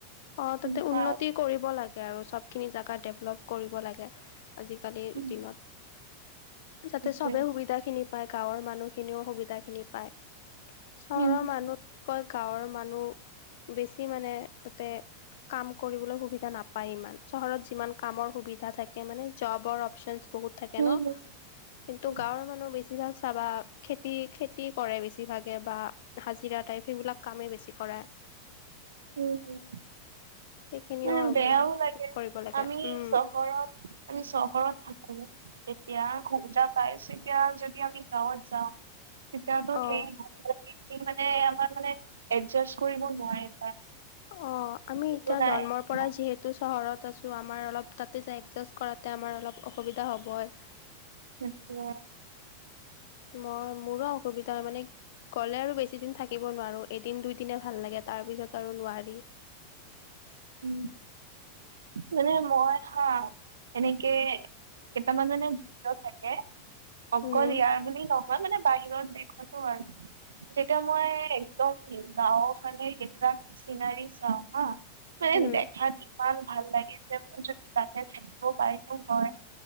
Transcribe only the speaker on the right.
সেনেকুৱা
আৰু
উম,
সেইটোৱে।
উম,
উম,
উম,
উম,
উ, উ।
মানে বেয়াও লাগে,
আমি
চহৰত, আমি চহৰত থাকো। তেতিয়া খোজা পাইছেতিয়া যদি আমি গাঁৱত যাওঁ। তেতিয়াতো
সেই <unintelligible> মানে আমাৰ মানে এডজাষ্ট কৰিব নোৱাৰিম।
সেইটো
নাই
সেইটো
নাই
<unintelligible>
উ, মানে মই হা, এনেকে কেইটামান মানে ভিডিঅ' থাকে। অকল
ইয়াৰ বুলি নহয় মানে বাহিৰত দেশতো আৰু যেতিয়া মই একদম গাঁও ফালে সেইবিলাক চিনাৰী চাওঁ হাঁ। মানে
দেখাত ইমান ভাল লাগিছে যদি তাতে থাকিব পাৰিলো হয়।